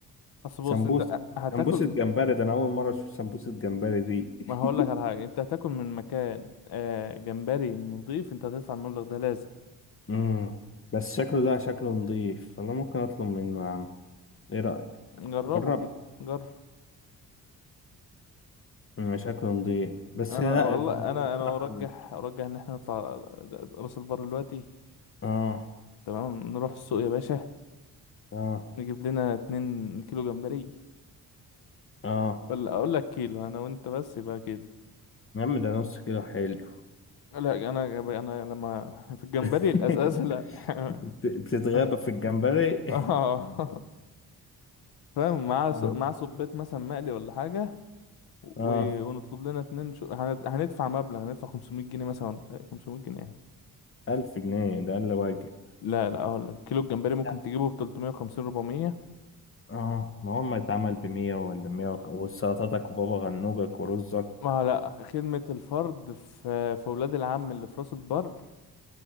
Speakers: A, on the left (about 80°); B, on the left (about 35°).
A: اصل
B: سمبوسة
A: بص انت هتاكل
B: سمبوسة جمبري ده أنا أول مرة أشوف سمبوسة جمبري دي <laughs>
A: ما هقول لك على حاجه انت هتاكل من مكان آه جمبري نضيف انت هتدفع المبلغ ده لازم
B: مم. بس شكله ده شكله نضيف والله ممكن أطلب منه يا عم إيه رأيك
A: جربه
B: جرب
A: كده جرب
B: مم، شكله نضيف
A: انا
B: بس لا
A: والله
B: يعني
A: انا
B: الصراحة
A: انا ارجح ارجح ان احنا نطلع راس البر دلوقتي
B: آه
A: تمام نروح السوق يا باشا
B: آه
A: نجيب لنا 2 كيلو جمبري
B: آه
A: ولا اقول لك كيلو انا وانت بس يبقى كيلو
B: يا عم ده نص كيلو حلو
A: لا انا انا لما في الجمبري
B: <laughs>
A: الازازه لا <laughs>
B: بت- بتتغابى
A: اه
B: في الجمبري
A: <laughs> فاهم
B: <laughs>
A: مع ص-
B: آه
A: مع صبيت مثلا مقلي ولا حاجة و-
B: آه
A: ونطلب لنا اتنين شو... هن- هندفع مبلغ هندفع 500 جنيه مثلا ولا- 500 جنيه ايه
B: ألف جنيه ده أقل واجب
A: لا لا اقول لك كيلو الجمبري ممكن
B: لا
A: تجيبه ب 350 400
B: آه ما هو ما اتعمل بمية ولا مية وخ- وسلطاتك وبابا غنوجك ورزك
A: ما لا خدمة الفرد في في ولاد العم اللي في راس البر